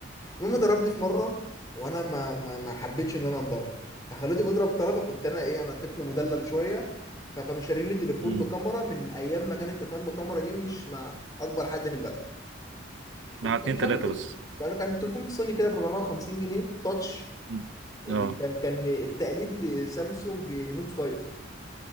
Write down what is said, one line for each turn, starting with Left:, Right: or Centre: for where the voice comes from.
Left: المهم ضربني في مره وانا ما ما, ما حبيتش ان انا انضرب فخليته بيضرب طلبه كنت انا ايه انا طفل مدلل شويه فكانوا شارين لي تليفون
Right: مم.
Left: بكاميرا من ايام ما كانت التليفونات بكاميرا دي مش مع اكبر حد في البلد كنت
Right: مع اتنين
Left: كان مش
Right: تلاتة
Left: عارف كنت
Right: بس
Left: كان كان تليفون بالصيني كده ب 450 جنيه تاتش
Right: مم.
Left: إيه،
Right: اه
Left: كان كان التقليد لسامسونج نوت 5